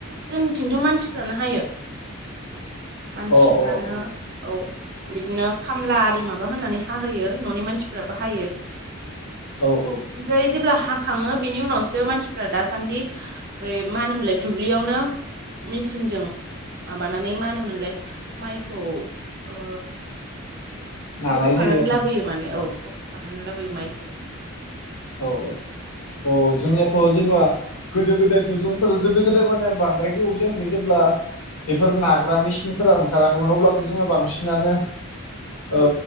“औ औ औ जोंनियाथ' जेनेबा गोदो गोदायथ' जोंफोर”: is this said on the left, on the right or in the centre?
Left